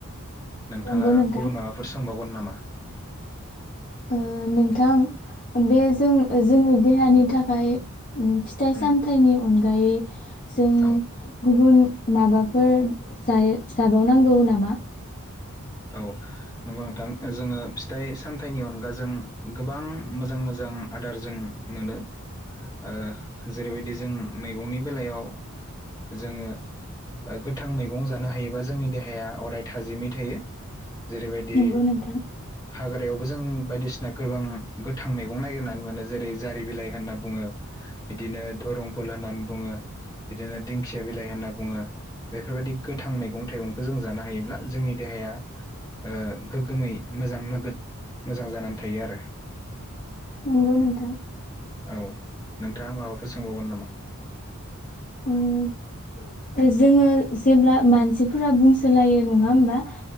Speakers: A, on the left; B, on the left.
A: नोंथाङा
B: नंगौ नोंथां
A: गुबुन माबाफोर सोंबावगोन ना मा?
B: ओ नोंथां बे जों जोंनि देहानि थाखाय फिथाइ
A: उम
B: सामथाइनि अनगायै जों
A: औ
B: गुबुन माबाफोर जायो जाबावनांगौ नामा?
A: औ नंगौ नोंथां जोङो फिथाइ सामथाइनि अनगाजों गोबां मोजां मोजां आदार जों मोनो ओ जेरैबायदि जों मैगंनि बेलायाव जोङो गोथां मैगं जानो हायोबा जोंनि देहाया अराय थाजिमै थायो। जेरैबायदि
B: नंगौ नोंथां।
A: हाग्रायावबो जों बायदिसिना गोबां गोथां मैगं नागिरनानै मोनो जेरै जारि बिलाइ होनना बुङो। बिदिनो दरं फुल होननानै बुङो बिदिनो दिंखिया बिलाइ होनना बुङो बेफोरबायदि गोथां मैगं थाइगंखौ जों जानो हायोब्ला जोंनि देहाया ओ गोग्गोमै मोजां नोगोद मोजां जानानै थायो आरो
B: नंगौ नोंथां।
A: औ नोंथाङा माबाफोर सोंबावगोन नामा?
B: ओ जोङो जेब्ला मानसिफोरा बुंसोलायो नङा होमबा।